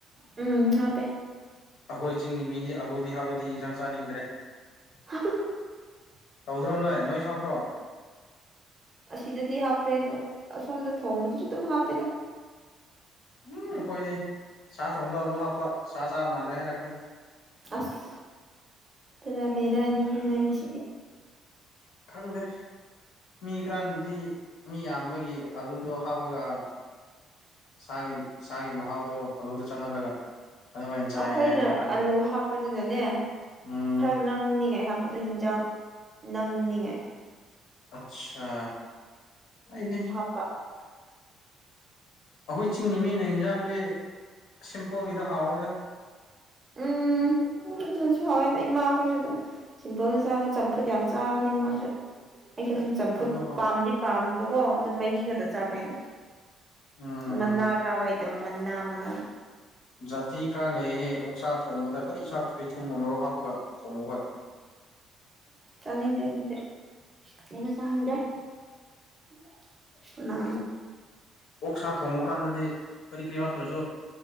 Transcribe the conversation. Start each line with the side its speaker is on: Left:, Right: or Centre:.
Right: ꯎꯝ ꯍꯥꯄꯦ
Left: ꯑꯩꯈꯣꯏ ꯆꯤꯡꯒꯤ ꯃꯤꯗꯤ ꯑꯂꯨꯗꯤ ꯍꯥꯕꯗꯤ ꯏꯟꯁꯥꯡ ꯆꯥꯅꯤꯡꯗ꯭ꯔꯦ
Right: ꯍꯍꯍ <unintelligible>
Left: ꯇꯧꯗ꯭ꯔꯣ ꯅꯣꯏ ꯅꯣꯏ ꯁꯨ ꯍꯥꯞꯄ꯭ꯔꯣ
Right: ꯑꯁꯤꯗꯗꯤ ꯍꯥꯞꯄꯦ ꯑꯗꯣ ꯑꯁꯣꯝꯗ ꯊꯣꯡꯕꯗꯨꯁꯨ ꯑꯗꯨꯝ ꯍꯥꯞꯄꯦꯗ
Left: ꯎꯝ ꯑꯩꯈꯣꯏꯗꯤ ꯁꯥ ꯊꯣꯡꯗ ꯑꯂꯨ ꯍꯥꯞꯄ ꯁꯥ ꯆꯥꯕ ꯃꯥꯟꯗ꯭ꯔꯦ ꯍꯥꯏꯔꯛꯀꯅꯤ
Right: ꯑꯁ ꯄꯨꯔꯥ ꯕꯦꯔꯥꯅꯤꯍꯦ ꯅꯣꯏꯒꯤꯁꯤꯗꯤ
Left: ꯈꯪꯗꯦ ꯃꯤ ꯈꯔꯅꯗꯤ ꯃꯤ ꯌꯥꯝꯕꯒꯤ ꯑꯂꯨꯗꯣ ꯍꯥꯞꯄꯒ ꯁꯥꯒꯤ ꯁꯥꯒꯤ ꯃꯍꯥꯎꯗꯣ ꯑꯂꯨꯗ ꯆꯪꯍꯜꯂꯒ ꯑꯗꯨꯃꯥꯏꯅ ꯆꯥꯏ
Right: ꯑꯩꯈꯣꯏꯅ
Left: ꯍꯥꯏ ꯃꯤ ꯈꯔꯅꯗꯤ
Right: ꯑꯂꯨ ꯍꯥꯞꯄꯗꯨꯅꯅꯦ
Left: ꯎꯝ
Right: ꯈꯔ ꯅꯪꯅꯤꯉꯥꯏ ꯍꯥꯞꯄ ꯄꯗ ꯍꯤꯟꯖꯥꯡ ꯅꯪꯅꯤꯡꯉꯥꯢ
Left: ꯑꯠꯁꯥ ꯑꯩꯗꯤ
Right: <unintelligible>
Left: ꯑꯩꯈꯣꯏ ꯆꯤꯡꯒꯤ ꯃꯤꯅ ꯌꯦꯟꯖꯥꯡꯗꯤ ꯁꯤꯝꯄꯜꯒꯤꯗ ꯍꯥꯎꯋꯦꯗ
Right: ꯎꯝ ꯑꯗꯨꯁꯨ ꯍꯋꯦꯗ ꯏꯃꯥꯈꯣꯏꯁꯨ ꯑꯗꯨꯝ ꯁꯤꯝꯄꯜ ꯆꯥ ꯆꯝꯐꯨꯠ ꯌꯥꯝ ꯆꯥꯕꯅꯦ ꯏꯃꯥꯁꯨ ꯑꯩꯁꯨ ꯑꯗꯨꯝ ꯆꯝꯐꯨꯠ
Left: ꯑꯗꯨꯕꯨ
Right: ꯄꯥꯝꯗꯤ ꯄꯥꯕꯀꯣ ꯑꯗꯨꯝ ꯃꯍꯤ ꯈꯛꯇ ꯆꯥꯕꯩꯅ
Left: ꯎꯝ
Right: ꯃꯅꯥ ꯆꯥꯕꯏꯇꯕ ꯃꯅꯥ ꯃꯅꯥ
Left: ꯖꯥꯇꯤ ꯈꯔ ꯂꯩꯌꯦ ꯑꯣꯛꯁꯥ ꯊꯣꯡꯕꯗ ꯀꯔꯤ ꯁꯥꯞꯇꯕꯤ ꯊꯨꯝ ꯑꯃꯔꯣ ꯍꯥꯞꯄꯒ ꯊꯣꯡꯕ ꯍꯣꯏ
Right: ꯆꯅꯤꯡꯗꯦ ꯗꯨꯗꯤ <unintelligible> ꯅꯥ
Left: ꯑꯣꯛ ꯁꯥ ꯊꯣꯡꯕ ꯀꯥꯟꯗꯗꯤ ꯀꯔꯤ ꯀꯔꯤ ꯍꯥꯞꯇ꯭ꯔꯁꯨ